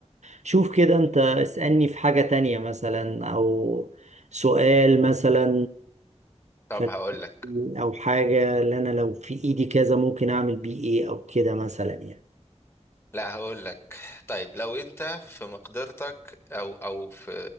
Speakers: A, on the right (about 70°); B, on the left (about 20°).
A: فشوف كده أنت اسألني في حاجة تانية مثلا أو سؤال مثلا
B: طب
A: فن-
B: هقول لك
A: او حاجة اللي انا لو في ايدي كذا ممكن اعمل بيه ايه او كده مثلا يعني
B: لا هقول لك طيب لو انت في مقدرتك او او في